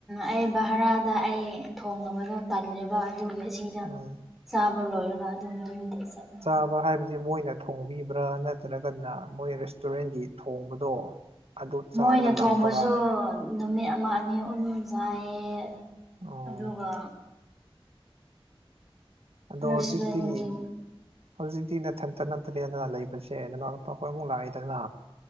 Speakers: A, in the centre; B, on the right.
A: ꯑꯩ ꯚꯔꯥꯗ ꯑꯩ ꯊꯣꯡꯅꯕꯗꯣ ꯇꯜꯂꯦꯕ ꯑꯗꯨꯒꯤ ꯁꯤꯗ
B: ꯎꯝ
A: ꯆꯥꯕ ꯂꯣꯏꯔꯒ ꯑꯗꯨꯝ ꯌꯨꯝꯗ ꯆꯠꯂ
B: ꯆꯥꯕ ꯍꯥꯏꯕꯗꯤ ꯃꯣꯏꯅ ꯊꯣꯡꯕꯤꯕ꯭ꯔꯥ ꯅꯠꯇ꯭ꯔꯒꯅ ꯃꯣꯏ ꯔꯦꯁꯇꯨꯔꯦꯟꯒꯤ ꯊꯣꯡꯕꯗꯣ ꯑꯗꯨ ꯆꯥꯔꯒ
A: ꯃꯣꯏꯅ ꯊꯣꯡꯕꯁꯨ
B: ꯂꯥꯛꯄꯔꯥ
A: ꯅꯨꯃꯤꯠ ꯑꯃ ꯑꯅꯤ ꯑꯍꯨꯝ ꯆꯥꯏꯌꯦ
B: ꯑꯣ
A: ꯑꯗꯨꯒ
B: ꯑꯗꯣ
A: ꯔꯦꯁꯇꯨꯔꯦꯟꯒꯤ
B: ꯍꯧꯖꯤꯛꯇꯤ ꯍꯧꯖꯤꯛꯇꯤ ꯅꯊꯟꯇ ꯅꯠꯇ꯭ꯔꯦꯗꯅ ꯂꯩꯕꯁꯦ ꯅꯅꯥꯎ ꯅꯨꯄꯥꯈꯣꯏ ꯑꯃꯨꯛ ꯂꯥꯛꯏꯦꯗꯅ